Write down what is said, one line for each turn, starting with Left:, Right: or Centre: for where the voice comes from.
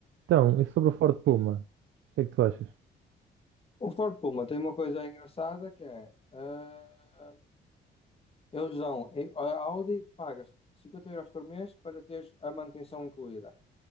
Right: Então, e sobre o Ford Puma? O que é que tu achas?
Left: O Ford Puma tem uma coisa engraçada que é, ah, eles dão, a Audi pagas 50 euros por mês para teres a manutenção incluída.